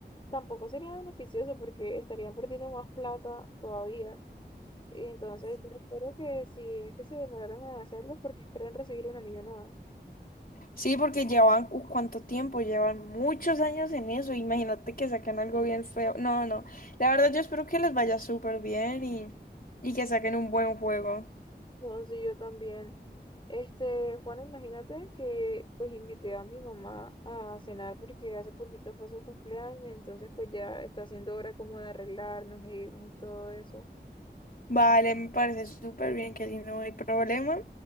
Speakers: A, on the left; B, on the left.
A: tampoco sería beneficioso porque estarían perdiendo más plata todavía. Y entonces, yo espero que si es que se demoraron en hacerlo, porque esperan recibir una millonada.
B: Sí, porque llevan, uh, ¿cuánto tiempo? Llevan muchos años en eso. Imagínate que saquen algo bien feo. No, no. La verdad, yo espero que les vaya súper bien y, y que saquen un buen juego.
A: No, sí, yo también. Este, Juan, imagínate que pues invité a mi mamá a cenar porque hace poquito fue su cumpleaños, entonces pues ya está haciendo hora como de arreglarnos e irnos y todo eso.
B: Vale, me parece súper bien, que si no hay problema.